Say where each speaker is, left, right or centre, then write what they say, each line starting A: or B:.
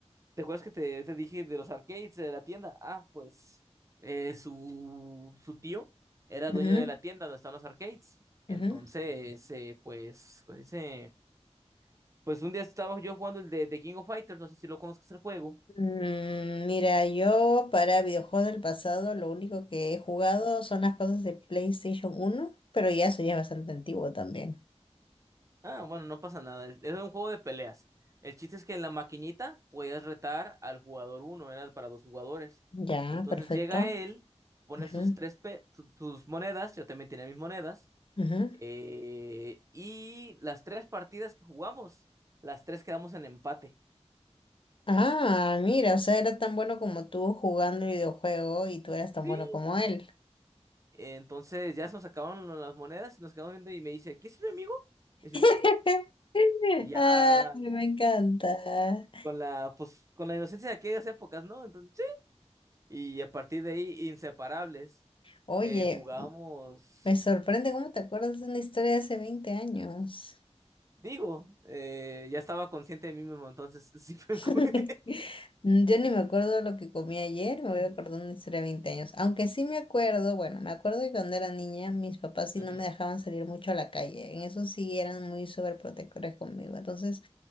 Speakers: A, on the right; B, on the left.
A: ¿te acuerdas que te, te dije de los arcades de la tienda? Ah, pues eh, su, su tío era dueño
B: Ujú,
A: de la tienda donde están los arcades.
B: ujú.
A: Entonces, eh, pues, ¿cómo se dice? Pues un día estaba yo jugando el de, de King of Fighters, no sé si lo conozcas el juego.
B: Mm, Mira, yo para videojuegos del pasado lo único que he jugado son las cosas de PlayStation uno, pero ya eso ya es bastante antiguo también.
A: Ah, bueno, no pasa nada. el- Era un juego de peleas. El chiste es que en la maquinita podías retar al jugador uno, era para dos jugadores.
B: Ya,
A: Entonces
B: perfecto.
A: llega él, pone
B: Ujú,
A: sus tres pe- su- sus monedas, yo también tenía mis monedas,
B: ujú.
A: eh, y las tres partidas que jugamos, las tres quedamos en empate.
B: Ah, mira, o sea, era tan bueno como tú jugando el videojuego y tú eras tan
A: Sí.
B: bueno como él.
A: Entonces ya se nos acabaron las monedas y nos quedamos viendo y me dice, ¿qué es mi amigo? Y así de-
B: <laughs>
A: y ya
B: Ay, me encanta.
A: con la, pues, con la inocencia de aquellas épocas, ¿no? Entonces, Y a partir de ahí, inseparables,
B: Oye,
A: eh, jugábamos,
B: me sorprende cómo te acuerdas de una historia de hace 20 años.
A: digo, eh, ya estaba consciente de mí mismo, entonces <laughs> sí fue...
B: <laughs>
A: cu- <laughs>
B: Yo ni me acuerdo lo que comí ayer, me voy a acordar una historia de 20 años. Aunque sí me acuerdo, bueno, me acuerdo que cuando era niña mis papás sí
A: Ujú.
B: no me dejaban salir mucho a la calle. En eso sí eran muy sobreprotectores conmigo. Entonces